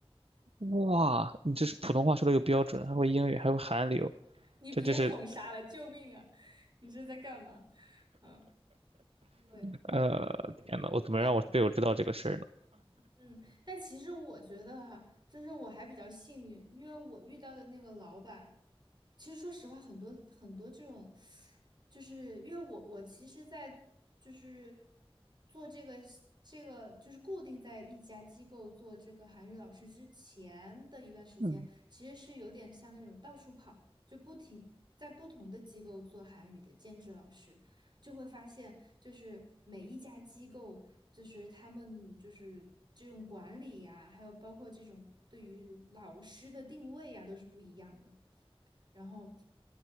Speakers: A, on the right (about 80°); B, on the right (about 50°).
A: 哇，你这是普通话说的又标准，还会英语，还会韩流，
B: <laughs> 你别捧杀了，
A: 这这是
B: 救命啊！<laughs> 你这是在干嘛？嗯。对，
A: 呃，
B: 嗯，
A: 天呐，我怎么让我队友知道这个事儿呢？
B: 那嗯，但其实我觉得哈、就是我还比较幸运，因为我遇到的那个老板，其实说实话，很多很多这种，就是因为我我其实在就是做这个这个就是固定在一家机构做这个韩语老师之前的一段时间，
A: 嗯，
B: 其实是有点像那种到处跑，就不停在不同的机构做韩语的兼职老师。就会发现，就是每一家机构，就是他们就是这种管理呀，还有包括这种对于老师的定位呀，都是不一样的。然后，